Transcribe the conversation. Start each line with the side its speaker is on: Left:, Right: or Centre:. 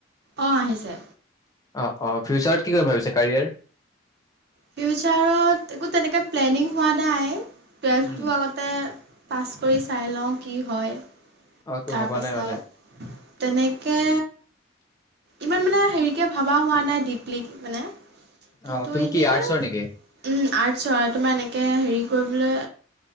Right: অ', - আহিছে।
Left: অ', -অ ', ফিউচাৰত কি কৰিম ভাবিছা কাৰীয়াৰ,
Right: ফিউচাৰত একো তেনেকে প্লেনিং হোৱা নাই। টুৱেলভটো
Left: উম
Right: আগতে, পাছ কৰি চাই লওঁ, কি হয়।
Left: অ একো
Right: তাৰপাছত
Left: ভবা নাই মানে
Right: তেনেকে, ইমান মানে, হেৰিকে ভবা হোৱা নাই ডীপলি মানে,
Left: অ
Right: কিন্তু
Left: তুমি
Right: এনেই
Left: কি আৰ্টছৰ নেকি
Right: উম', আৰ্টছৰ তোমাৰ এনেকে হেৰি, কৰিবলৈ,